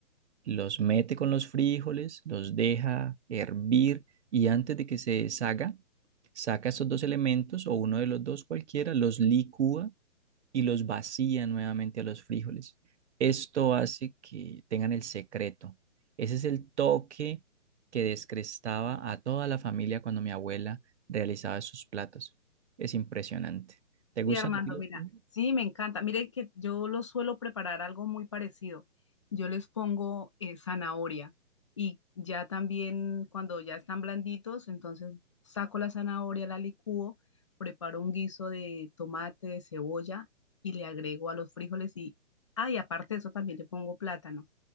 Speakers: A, on the right (about 65°); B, on the left (about 25°).
A: los mete con los frijoles, los deja hervir y antes de que se deshaga, saca esos dos elementos o uno de los dos cualquiera, los licúa y los vacía nuevamente a los frijoles. Esto hace que tengan el secreto. Ese es el toque que descrestaba a toda la familia cuando mi abuela realizaba sus platos. Es impresionante. ¿Te
B: Sí,
A: gustan
B: Armando,
A: a ti los
B: mira,
A: frijoles?
B: sí, me encanta. Mire que yo lo suelo preparar algo muy parecido. Yo les pongo eh, zanahoria y ya también cuando ya están blanditos, entonces saco la zanahoria, la licúo, preparo un guiso de tomate, de cebolla y le agrego a los frijoles y, ah, y aparte de eso también le pongo plátano,